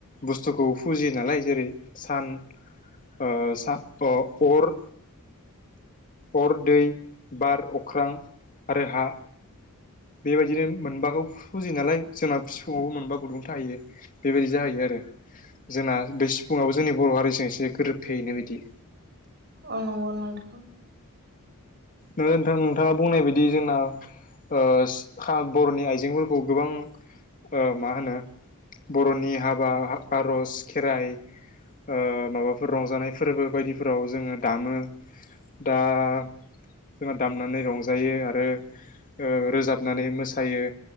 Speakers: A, on the left; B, on the right.
A: बुस्थुखौ फुजियो नालाय जेरै सान ओ सा अ अर अर दै बार अख्रां आरो हा बेबायदिनो मोनबाखौ फुजियो नालाय जोंना सिफुंआवबो मोनबा गुदुं थाहैयो। बेबायदि जाहैयो आरो जोंना बे सिफुङाबो जोंनि बर' हारिजों एसे गोरोब फेहैनाय बायदि
B: औ नंगौ नोंथां।
A: नो नोंथां नोंथाङा बुंनायबायदि जोंना ओ सिखा बर'नि आइजेंफोरखौ गोबां ओ मा होनो बर'नि हाबा आर'ज खेराइ ओ माबाफोर रंजानाय फोरबो बायदिफोराव जोङो दामो। दा जोंहा दामनानै रंजायो आरो ओ रोजाबनानै मोसायो